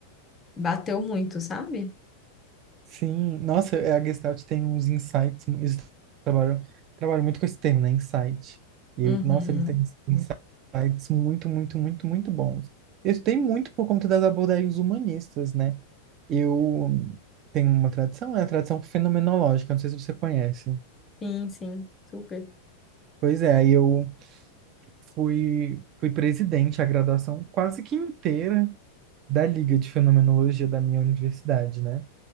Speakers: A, on the left (about 20°); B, on the right (about 35°).
A: bateu muito, sabe?
B: Sim, nossa, é, a Gestalt tem uns insights, eles trabalham, trabalham muito com esse termo, né? Insight. E,
A: Uhum.
B: eu- nossa, ele tem uns insights muito, muito, muito, muito bons. Isso tem muito por conta das abordagens humanistas, né? Eu tenho uma tradição, é a tradição fenomenológica, não sei se você conhece.
A: Sim, sim, super.
B: Pois é, aí eu fui, fui presidente a graduação quase que inteira da Liga de Fenomenologia da minha universidade, né?